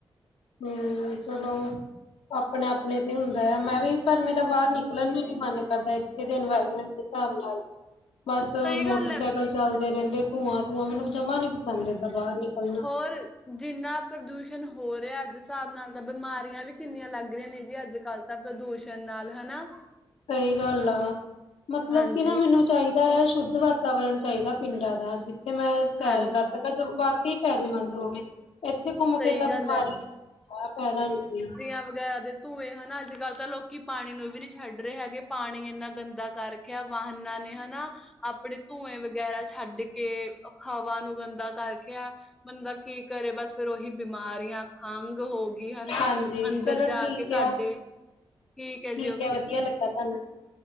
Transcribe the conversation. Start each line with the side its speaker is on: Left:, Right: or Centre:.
Left: ਹੂੰ, ਚਲੋ। ਆਪਣਾ-ਆਪਣੇ ਤੇ ਹੁੰਦਾ ਆ। ਮੈਂ ਵੀ ਪਰ, ਮੇਰਾ ਬਾਹਰ ਨਿਕਲਣ ਵੀ ਨੀ ਮਨ ਕਰਦਾ। ਇਥੇ ਦੇ ਇਨਵਾਇਰਮੈਂਟ ਸਾਬ੍ਹ ਨਾਲ ਬਸ
Centre: ਸਹੀ
Left: ਮੋਟਰਸਾਈਕਲ
Centre: ਗੱਲ ਹੈ
Left: ਚੱਲਦੇ ਰਹਿੰਦੇ। ਧੂਵਾਂ-ਧੂਵਾਂ ਮੈਨੂੰ ਜਮਾਂ ਨੀ ਪਸੰਦ ਏਦਾਂ ਬਾਹਰ ਨਿਕਲਣਾ।
Centre: ਹੋਰ ਜਿੰਨਾ ਪ੍ਰਦੂਸ਼ਣ ਹੋ ਰਿਹਾ, ਅੱਜ ਹਿਸਾਬ ਨਾਲ ਤਾਂ ਬਿਮਾਰੀਆਂ ਵੀ ਕਿੰਨੀਆਂ ਲੱਗ ਰੀਆਂ ਨੇ ਜੀ, ਅੱਜ-ਕੱਲ੍ਹ। ਤਾਂ ਪ੍ਰਦੂਸ਼ਣ ਨਾਲ ਹਨਾ।
Left: ਸਹੀ ਗੱਲ ਆ। ਮਤਲਬ
Centre: ਹਾਂਜੀ
Left: ਕੀ ਨਾ ਮੈਨੂੰ ਚਾਈ ਦਾ ਸ਼ੁੱਧ ਵਾਤਾਵਰਨ ਚਾਈਦਾ, ਪਿੰਡਾਂ ਦਾ। ਜਿੱਥੇ ਮੈਂ ਸੈਰ
Centre: ਹਾਂਜੀ
Left: ਕਰ ਸਕ ਤਾਂ ਜੋ ਵਾਕੇਈ ਫ਼ਾਇਦੇਮੰਦ ਹੋਵੇ। ਇੱਥੇ ਘੁੰਮ
Centre: ਸਹੀ
Left: ਕੇ ਤਾਂ
Centre: ਗੱਲ
Left: ਬਿਮਾਰੀ, ਫ਼ਾਇਦਾ ਨੀ ਕੋਈ।
Centre: ਤੀਆਂ ਵਗੈਰਾ ਦੇ ਧੂੰਏ ਹਨਾ। ਅੱਜ-ਕੱਲ੍ਹ ਤਾਂ ਲੋਕੀ ਪਾਣੀ ਨੂੰ ਵੀ ਨੀ ਛੱਡ ਰਹੇ ਹੈਗੇ। ਪਾਣੀ ਇੰਨਾ ਗੰਦਾ ਕਰ ਕਿਆ ਵਾਹਨਾਂ ਨੇ ਹਨਾ। ਆਪਣੇ ਧੂੰਏ ਵਗੈਰਾ ਛੱਡ ਕੇ, ਹਵਾ ਨੂੰ ਗੰਦਾ ਕਰਖਿਆ। ਬੰਦਾ ਕੀ ਕਰੇ ਬਸ ਫਿਰ ਉਹੀ ਬਿਮਾਰੀਆਂ ਖੰਘ ਹੋ ਦੀ ਹਨਾ,
Left: ਹਾਂਜੀ
Centre: ਅੰਦਰ
Left: ਚਲੋ
Centre: ਜਾ
Left: ਠੀਕ
Centre: ਕੇ ਸਾਡੇ
Left: ਆ
Centre: ਠੀਕ ਐ ਜੀ
Left: ਠੀਕ
Centre: ਓਕੇ।
Left: ਆ ਵਧੀਆ ਲੱਗਾ ਤੁਹਾਨੂੰ